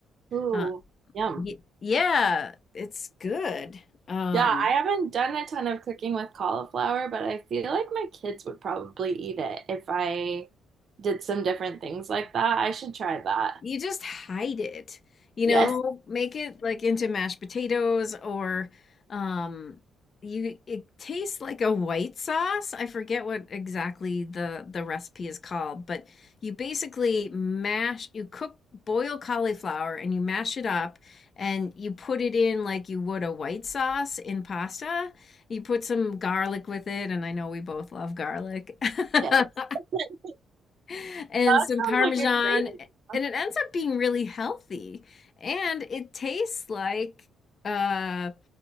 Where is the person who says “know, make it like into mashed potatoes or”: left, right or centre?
Left